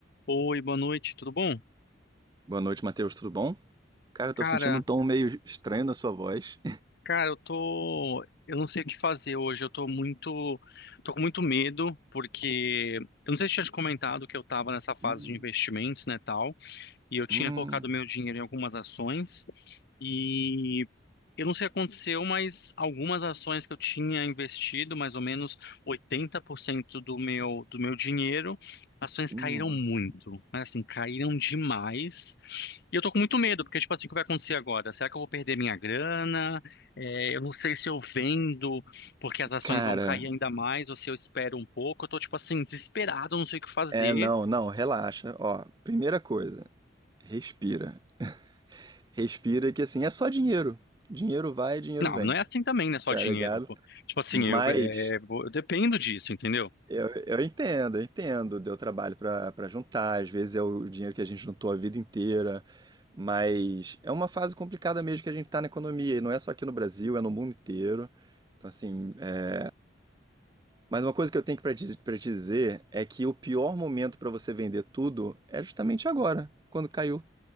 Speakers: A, on the left; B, on the right.
A: Oi, boa noite, tudo bom?
B: Boa noite, Matheus, tudo bom? Cara, eu
A: Cara,
B: tô sentindo um tom meio estranho na sua voz.
A: cara, eu tô, eu não sei o que fazer hoje. Eu tô muito, tô com muito medo porque eu não sei se eu tinha te comentado que eu tava nessa fase
B: <laughs>
A: de investimentos, né, tal. e eu tinha
B: Hum,
A: colocado meu dinheiro em algumas ações e eu não sei o que aconteceu, mas algumas ações que eu tinha investido, mais ou menos 80% do meu do meu dinheiro, ações
B: hum,
A: caíram
B: nossa.
A: muito, mas assim, caíram demais. E eu tô com muito medo, porque tipo assim, o que vai acontecer agora? Será que eu vou perder minha grana? É, eu não sei se eu vendo porque as ações
B: Cara,
A: vão cair ainda mais, ou se eu espero um pouco. Eu tô tipo assim, desesperado, eu não sei o que fazer.
B: é, não, não, relaxa. Ó, primeira coisa, respira. Respira que assim, é só dinheiro. Dinheiro vai, dinheiro
A: Não,
B: vem,
A: não é assim também, né? Só
B: tá
A: dinheiro.
B: ligado?
A: pô. Tipo assim,
B: Mas
A: eu, é, vou- eu dependo disso, entendeu?
B: Eu, eu entendo, eu entendo. Deu trabalho pra para juntar, às vezes é o dinheiro que a gente juntou a vida inteira, mas é uma fase complicada mesmo que a gente tá na economia, e não é só aqui no Brasil, é no mundo inteiro. Então, assim, é... mas uma coisa que eu tenho para te, pra te dizer é que o pior momento para você vender tudo é justamente agora, quando caiu